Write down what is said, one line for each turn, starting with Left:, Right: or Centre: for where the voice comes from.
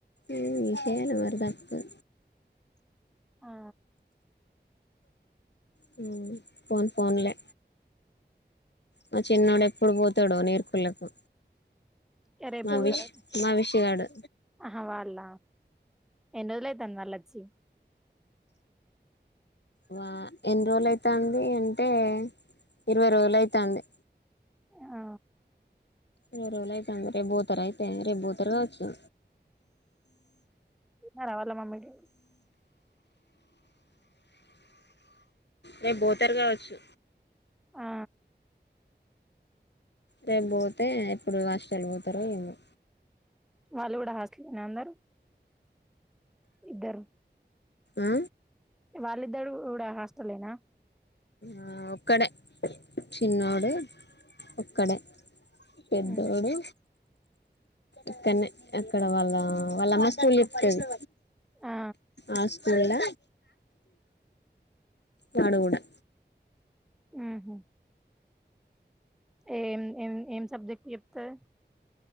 Left: ఊ తీసేయాలి మరి తప్పదు
Centre: ఆ
Left: హు ఫోన్ ఫోన్లే మా చిన్నోడు ఎప్పుడు పోతాడో నీరుకుళ్ళకు
Centre: ఇగ రేపు
Left: మావిష్
Centre: పోతారట
Left: మావిషగాడు
Centre: ఆహా వాళ్ళ ఎన్ని రోజులు అయితాంది వాళ్ళు వచ్చి
Left: వా ఎన్ని రోజులు అయితాంది అంటే ఇరవై రోజులైతాంది
Centre: ఆ
Left: ఇరవై రోజులు అయితంది రేపు బోతరు అయితే రేపు బోతరు కావచ్చు
Centre: ఎ రావాల మామ్మడి
Left: రేపు బోతర్ కావచ్చు
Centre: ఆ
Left: రేపు పోతే ఎప్పుడు హాస్టల్ పోతారో ఏమో
Centre: వాళ్ళు కూడా హాస్టలేనా అందరూ ఇద్దరు
Left: ఆ
Centre: వాళ్ళిద్దరు కూడా హాస్టలేనా
Left: ఆ ఒక్కడే చిన్నోడు ఒక్కడే పెద్దోడు
Centre: ఉమ్,
Left: ఇక్కనే అక్కడ వాళ్ళ వాళ్ళ హాస్టల్ <unintelligible> ఇప్తుంది
Centre: ఆ
Left: ఆ స్కూల్ ల వాడు కూడా
Centre: ఉహు ఏం ఏం ఏం సబ్జెక్ట్ చెప్తాది